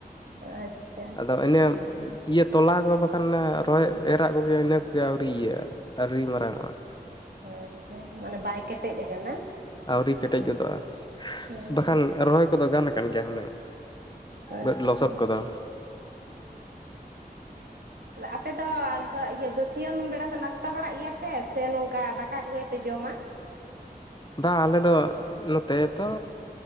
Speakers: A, on the right; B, on the left.
A: ᱟᱪᱪᱷᱟ
B: ᱟᱫᱚ ᱤᱱᱟᱹ ᱤᱭᱟᱹ ᱛᱚᱞᱟ ᱠᱚ ᱵᱟᱠᱷᱟᱱ ᱚᱱᱮ ᱦᱚᱭ ᱮᱨᱟᱜ ᱠᱚᱜᱮ ᱤᱱᱟᱹ ᱠᱚᱜᱮ ᱟᱹᱣᱨᱤ ᱤᱭᱟᱹᱜᱼᱟ ᱟᱹᱣᱨᱤ ᱢᱟᱨᱟᱝᱚᱜᱼᱟ᱾
A: ᱟᱪᱪᱷᱟ ᱢᱟᱱᱮ ᱵᱟᱭ ᱠᱮᱴᱮᱡ ᱠᱟᱱᱟ᱾
B: ᱟᱹᱣᱨᱤ ᱠᱮᱴᱮᱡ ᱜᱚᱫᱚᱜᱼᱟ
A: ᱦᱮᱸ
B: ᱵᱟᱠᱷᱟᱱ ᱨᱚᱦᱚᱭ ᱠᱚᱫᱚ ᱜᱟᱱ ᱠᱟᱱ ᱜᱮᱭᱟ ᱦᱩᱱᱟᱹᱝ᱾
A: ᱟᱪᱪᱷᱟ
B: ᱵᱟᱹᱫ ᱞᱚᱥᱚᱫ ᱠᱚᱫᱚ᱾
A: ᱟᱯᱮ ᱫᱚ ᱱᱤᱛᱚᱜ ᱤᱭᱟᱹ ᱵᱟᱹᱥᱭᱟᱹᱢ ᱵᱮᱲᱟ ᱫᱚ ᱱᱟᱥᱛᱟ ᱵᱟᱲᱟᱜ ᱜᱮᱭᱟᱯᱮ ᱥᱮ ᱱᱚᱝᱠᱟ ᱫᱟᱠᱟ ᱠᱚᱜᱮ ᱯᱮ ᱡᱚᱢᱟ?
B: ᱵᱟᱝ ᱟᱞᱮ ᱫᱚ ᱱᱚᱛᱮ ᱛᱚ